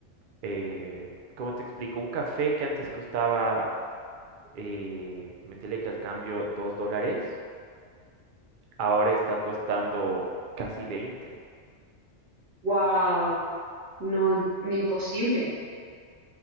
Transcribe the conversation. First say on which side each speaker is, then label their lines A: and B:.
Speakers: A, on the right; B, on the right.
A: eh, ¿cómo te explico? Un café que antes costaba eh, meterle que al cambio 2 dólares, ahora está costando casi 20.
B: Wow, no, im- imposible.